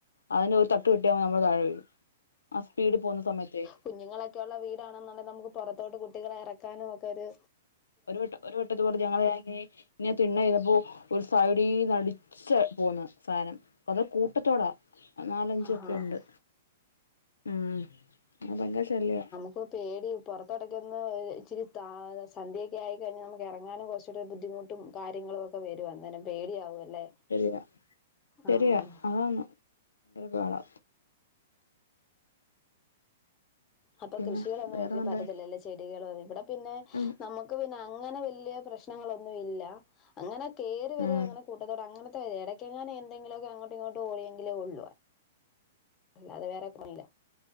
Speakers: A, on the left; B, on the left.
A: അതിന് ഒരു തട്ട് കിട്ടിയാമതി നമ്മൾ താഴെ വീഴും ആ സ്പീഡ് പോകുന്ന സമയത്തേ.
B: കുഞ്ഞുങ്ങൾ ഒക്കെയുള്ള വീടാണ് എന്നുണ്ടെങ്കിൽ നമുക്ക് പുറത്തോട്ട് കുട്ടികളെ ഇറക്കാനും ഒക്കെ ഒര്
A: ഒരു വട്ട ഒരു വട്ടം ഇതുപോലെ ഇങ്ങനെ തിണ്ണൽ ഇരുന്നപ്പോ ഒരു സൈഡിയിന്ന് പോന്ന് സാധനം അത് കൂട്ടത്തോടാ നാലഞ്ചൊക്കെ
B: ആഹ്
A: ഉണ്ട് ഉ ആ ഭയങ്കാ ശല്യ.
B: ഇപ്പോൾ പേടി പുറത്ത് ഇടയ്ക്കൊന്ന് ഇച്ചിരി സന്ധ്യൊക്കെ ആയിക്കഴിഞ്ഞാൽ നമുക്ക് ഇറങ്ങാനും കുറച്ച് ബുദ്ധിമുട്ടും. കാര്യങ്ങളു ഒക്കെ വരും അന്നേരം. പേടിയാവുമല്ലേ
A: ശരിയാ ശരിയാ
B: ആഹ്
A: അതാണ് എന്തൊരു പാടാ
B: അപ്പൊ
A: പിന്നെ
B: കൃഷികളൊന്നും
A: വേറെന്താ
B: വേണ്ടിയിട്ട് പറ്റത്തില്ലല്ലേ ചെടികളും അത് ഇവിട പിന്നെ
A: ഉം
B: നമുക്ക് പിന്നെ അങ്ങനെ വല്യ പ്രശ്നങ്ങളൊന്നും ഇല്ല അങ്ങനെ കേറി വര്കാ
A: ഉം
B: അങ്ങനെ കൂട്ടത്തോടെ അങ്ങനത് ട്ടത് എടയ്ക്കങ്ങാന് എന്തെങ്കിലൊക്കെ അങ്ങോട്ടു ഇങ്ങോട്ടു ഓടിയെങ്കിലേ ഒള്ളൂ. അല്ലാതെ വേറെ പോണില്ല